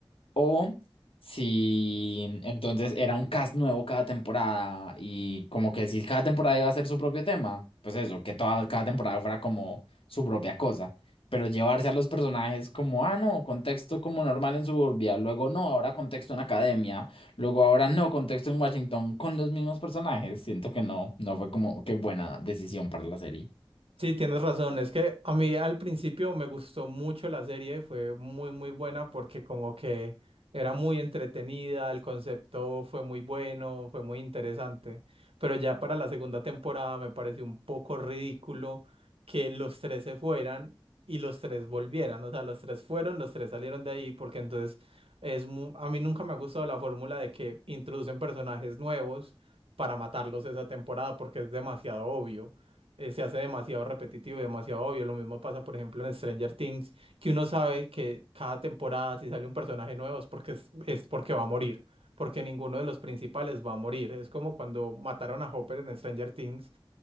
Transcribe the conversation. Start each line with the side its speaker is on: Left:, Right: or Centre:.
Left: O si entonces era un cast nuevo cada temporada y como que si cada temporada iba a ser su propio tema, pues eso, que toda, cada temporada fuera como su propia cosa. Pero llevarse a los personajes como, ah, no, contexto como normal en suburbia, luego no, ahora contexto en academia, luego ahora no, contexto en Washington con los mismos personajes. Siento que no, no fue como qué buena decisión para la serie.
Right: Sí, tienes razón. Es que a mí al principio me gustó mucho la serie, fue muy, muy buena porque como que era muy entretenida, el concepto fue muy bueno, fue muy interesante. Pero ya para la segunda temporada me pareció un poco ridículo que los tres se fueran y los tres volvieran. O sea, los tres fueron, los tres salieron de ahí porque entonces es mu- a mí nunca me ha gustado la fórmula de que introducen personajes nuevos para matarlos esa temporada porque es demasiado obvio eh, se hace demasiado repetitivo y demasiado obvio. Lo mismo pasa, por ejemplo, en Stranger Things, que uno sabe que cada temporada si sale un personaje nuevo es porque, es, es porque va a morir, porque ninguno de los principales va a morir. Es como cuando mataron a Hopper en Stranger Things